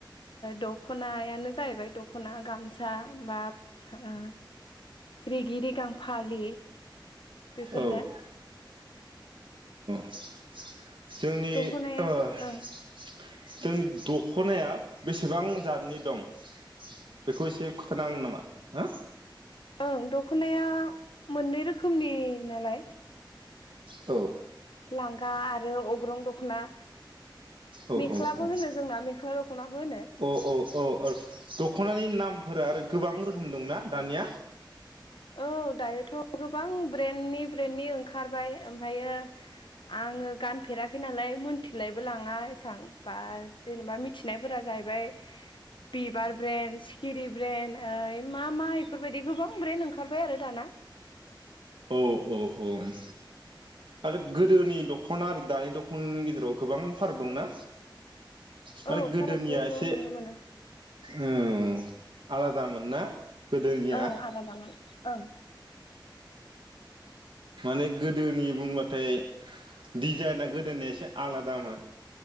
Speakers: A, on the left; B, on the right.
A: दख'नायानो जाहैबाय दख'ना गामसा बा ओ रिगि रिगां फालि बेफोरनो
B: औ औ <inaudible> जोंनि
A: दख'नाया
B: जोंनि
A: ओं
B: दख खनाया बेसेबां जादनि दं बेखौ एसे खिथानांगोन नामा? हो
A: ओं दख'नाया मोननै रोखोमनि नालाय
B: औ
A: लांगा आरो अग्रं दख'ना
B: औ औ
A: मेख्लाबो
B: औ औ
A: होनो जोंना मेख्ला दख'नाबो होनो
B: अ अ अ अ दख'नानि नामफोरा आरो गोबां रोखोम दंना दानिया
A: औ दायोथ' गोबां ब्रेन्डनि ब्रेन्डनि ओंखारबाय ओमफ्रायो आङो गानफेराखै नालाय मोनथिलायबो लाङा एसबां बा जेनेबा मिथिनायफोरा जाहैबाय बिबार ब्रेन्ड सिखिरि ब्रेन्ड ओ मा मा इफोरबायदि गोबां ब्रेन्ड ओंखार ओंखारबाय आरो दाना
B: औ औ औ आरो गोदोनि दख'ना आरो दानि दख'नानि गेजेराव गोबां फाराग दंना माने
A: औ
B: गोदोनिया
A: फारागखौथ'
B: एसे
A: नुनो मोनो
B: ओन आलादामोन ना गोदोनिया
A: ओं आलादामोन ओं
B: नै गोदोनि बुंबाथाय डिजाइना गोदोनिया एसे आलादामोन।